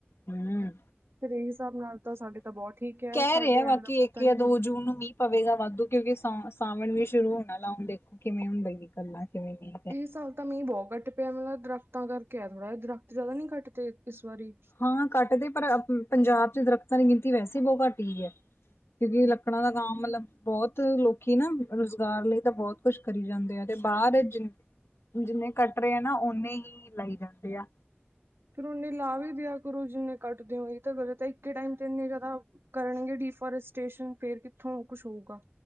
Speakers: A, on the left; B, on the right.
A: ਹੂੰ।
B: ਫਿਰ ਇਹ ਹਿਸਾਬ ਨਾਲ ਤਾਂ ਸਾਡੇ ਤਾਂ ਬਹੁਤ ਠੀਕ ਹੈ
A: ਕਹਿ
B: ਸਾਡੇ
A: ਰੇ ਆ
B: ਐਵੇਂ
A: ਬਾਕੀ
B: ਦਾ ਕੁਛ
A: ਇੱਕ
B: ਤਾਂ
A: ਜਾਂ
B: ਨਹੀਂ
A: ਦੋ
B: ਹੁੰਦਾ
A: ਜੂਨ ਨੂੰ ਮੀਂਹ। ਪਵੇਗਾ ਵਾਧੂ ਕਿਉਂਕਿ ਸਾ ਸਾਵਣ ਵੀ ਸ਼ੁਰੂ ਹੋਣ ਆਲਾ ਹੁਣ ਦੇਖੋ ਕਿਵੇਂ ਹੁੰਦਾ ਗੱਲਾਂ ਕਿਵੇਂ ਨੀ।
B: ਏ ਸਾਲ ਤਾਂ ਮੀਂਹ ਬਹੁਤ ਘੱਟ ਪਿਆ, ਮਤਲਬ ਦਰਖ਼ਤਾਂ ਕਰਕੇ ਆ ਥੋੜ੍ਹਾ ਜਾ ਦਰਖਤ ਜ਼ਿਆਦਾ ਨੀ ਕੱਟ ਤੇ ਇਸ ਵਾਰੀ।
A: ਹਾਂ, ਘੱਟ ਤੇ ਪਰ ਪੰਜਾਬ ਚ ਦਰੱਖਤਾਂ ਦੀ ਗਿਣਤੀ ਵੈਸੇ ਈ ਬਹੁਤ ਘੱਟ ਗਈ ਐ। ਕਿਉਂਕਿ ਲੱਕੜਾਂ ਦਾ ਕੰਮ ਮਤਲਬ? ਬਹੁਤ ਲੋਕੀ ਨਾ ਰੁਜ਼ਗਾਰ ਲਈ ਤਾਂ ਬਹੁਤ ਕੁਛ ਕਰੀ ਜਾਂਦੇ ਆ ਤੇ ਬਾਹਰ ਜਿੰਨਾ, ਜਿੰਨੇ ਕੱਟ ਰੇ ਆ ਨਾ ਓਨੇ ਈ ਲਾਈ ਜਾਂਦੇ ਆ।
B: ਫੇਰ ਓਨੇ ਲਾ ਵੀ ਦਿਆ ਕਰੋ ਜਿੰਨੇ ਕੱਟਦੇ ਓ ਏ ਤਾਂ ਫਿਰ ਤਾਂ ਇੱਕੇ ਟਾਈਮ ਤੇ ਇੰਨੇ ਜ਼ਿਆਦਾ। ਕਰਨਗੇ ਡੀਫੋਰਸਟੇਸ਼ਨ ਫੇਰ ਕਿੱਥੋਂ ਓ ਕੁਛ ਹੋਊਗਾ?